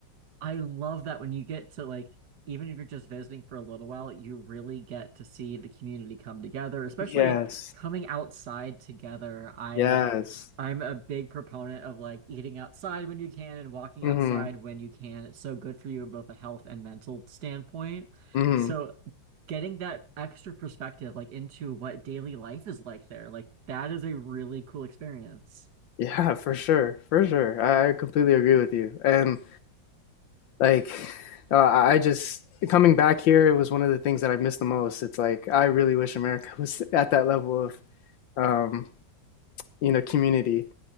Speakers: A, on the right (about 60°); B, on the left (about 85°).
A: I love that when you get to like, even if you're just visiting for a little while, you really get to see the community come together, especially
B: Yes.
A: coming outside together. I
B: Yes.
A: I'm a big proponent of like eating outside when you can and walking
B: Mm-hmm.
A: outside when you can. It's so good for you in both a health and mental standpoint.
B: Mm-hmm.
A: So getting that extra perspective like into what daily life is like there, like that is a really cool experience.
B: Yeah, for sure. For sure. I I completely agree with you. And like uh, I just coming back here, it was one of the things that I missed the most. It's like I really wish America <laughs> was at that level of um, you know, community